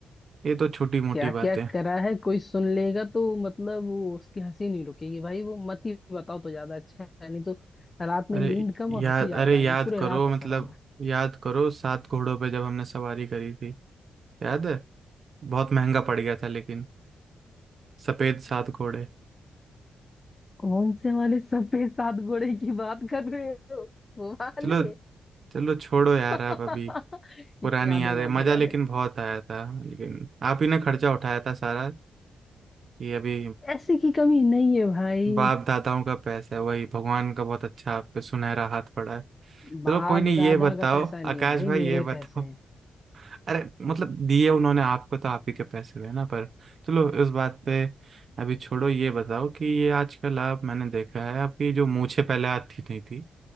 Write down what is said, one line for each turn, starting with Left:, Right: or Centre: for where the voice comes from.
Right: ये तो छोटी मोटी
Left: क्या
Right: बातें
Left: क्या
Right: हैं।
Left: करा है कोई सुन लेगा तो मतलब वो उसकी हंसी नहीं रुकेगी भाई वो मत ही बताओ तो ज्यादा अच्छा है नहीं तो रात
Right: अरे
Left: में नींद कम और
Right: याद
Left: हंसी ज्यादा
Right: अरे
Left: आएगी
Right: याद
Left: पूरे
Right: करो
Left: रात हंसता
Right: मतलब
Left: रहूंगा
Right: याद करो सात घोड़ों पे जब हमने सवारी करी थी याद है बहुत महंगा पड़ गया था लेकिन सफेद सात घोड़े
Left: कौन से वाले सफेद सात घोड़े की बात कर रहे हो वो वाले
Right: चलो चलो छोड़ो यार
Left: <laughs>
Right: आप अभी पुरानी
Left: याद
Right: याद
Left: है याद
Right: है मजा
Left: है याद
Right: लेकिन
Left: है
Right: बहुत आया था लेकिन आप ही ने खर्चा उठाया था सारा ये अभी
Left: पैसे की कमी नहीं है भाई
Right: बाप दादाओं का पैसा है वही भगवान का बहुत अच्छा आप पे सुनहरा हाथ पड़ा है
Left: बाप
Right: चलो कोई नहीं ये
Left: दादा
Right: बताओ
Left: का पैसा नहीं
Right: आकाश
Left: है भाई
Right: भाई
Left: मेरे
Right: ये बताओ
Left: पैसे हैं
Right: अरे मतलब दिए उन्होंने आपको तो आप ही के पैसे हुए ना पर चलो इस बात पे अभी छोड़ो ये बताओ कि ये आजकल आप मैंने देखा है आपकी जो मूछें पहले आती नहीं थी